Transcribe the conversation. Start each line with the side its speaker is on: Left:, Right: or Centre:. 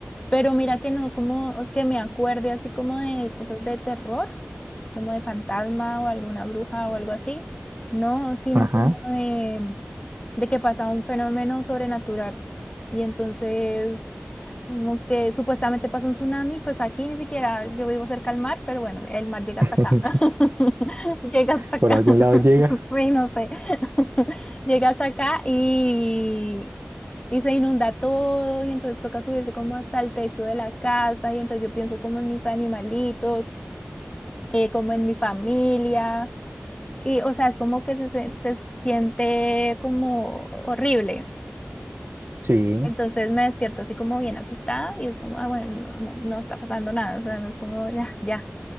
Left: pero mira que no, como que me acuerde así como de cosas de terror, como de fantasma o alguna bruja o algo así. No, sino
Right: Ajá.
Left: como de, de que pasa un fenómeno sobrenatural. Y entonces, como que supuestamente pasa un tsunami, pues aquí ni siquiera yo vivo cerca al mar, pero bueno, el mar llega
Right: <laughs>
Left: hasta acá. <laughs> Llega hasta acá.
Right: Por algún
Left: <laughs>
Right: lado llega.
Left: Sí, no sé. <laughs> Llega hasta acá y, y se inunda todo y entonces toca subirse como hasta el techo de la casa y entonces yo pienso como en mis animalitos, eh, como en mi familia y o sea, es como que se, se, se siente como horrible.
Right: Sí,
Left: Entonces me despierto así como bien asustada y es como, ah, bueno, no, no, no está pasando nada, o sea, no es como, ya, ya.